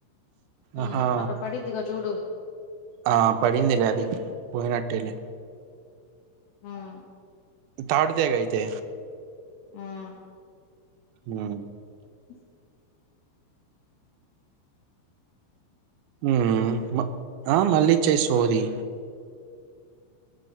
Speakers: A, on the left; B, on the right.
A: ఉమ్
B: ఆహా
A: అక్కడ పడిద్దిగా చూడు
B: ఆ ప పోయిందిలే అది పోయినట్టేలే
A: ఉమ్మ్
B: పాడుతేగ అయితే
A: ఉమ్మ్
B: హ్మ్
A: <inaudible>
B: ఉహ్మ్ ఆ మళ్ళిచ్చై సోది